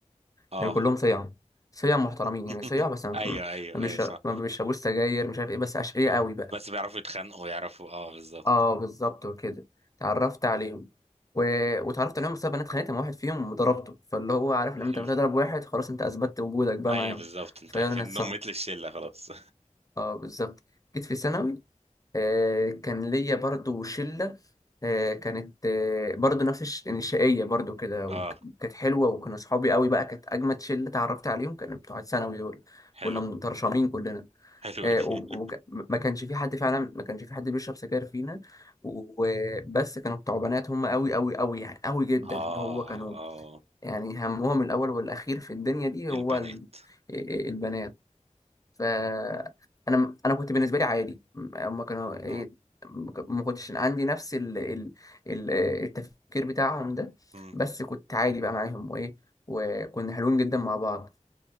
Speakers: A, on the right; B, on the left.
A: اه
B: كانوا كلهم صيع صيع محترمين
A: <laughs>
B: يعني صيع بس ما
A: ايوه ايوه
B: ما بيشرب-
A: ايوه صح
B: ما بيشربوش سجاير مش عارف ايه بس اشقياء
A: آه.
B: قوي بقى
A: بس بيعرفوا يتخانقوا يعرفوا اه بالظبط
B: اه بالظبط وكده اتعرفت عليهم و... واتعرفت عليهم بسبب إن انا اتخانقت مع واحد فيهم وضربته فاللي هو عارف لما
A: حلو
B: انت بتضرب واحد خلاص انت اثبتت وجودك بقى
A: ايوه
B: معاهم
A: بالظبط انت
B: فيلا
A: كده
B: نتصاحب
A: نميت لي الشله خلاص
B: اه بالظبط جيت في ثانوي آه كان ليا برضو شلة آه كانت آه برضو نفس الش... يعني شقية برضو
A: <laughs>
B: كده وكانت
A: اه
B: حلوة وكنا صحابي قوي بقى كانت أجمد شلة اتعرفت عليهم كانوا بتوع ثانوي دول
A: حلو
B: كنا مترشمين كلنا
A: حلوه
B: آه،
A: دي
B: و-
A: <laughs>
B: وك- ما كانش في حد فعلا ما كانش في حد بيشرب سجاير فينا وبس كانوا بتوع بنات هم قوي قوي قوي يعني قوي جدا
A: اه
B: اللي هو كانوا
A: اه
B: يعني همهم الاول والاخير في الدنيا دي هو
A: البنات
B: ال- آه، آه، البنات ف انا انا كنت بالنسبه لي عادي هم كانوا ايه
A: اه
B: ما كنتش عندي نفس ال... ال... ال- آه، التفكير بتاعهم ده
A: مم.
B: بس كنت عادي بقى معاهم وايه وكنا حلوين جدا مع بعض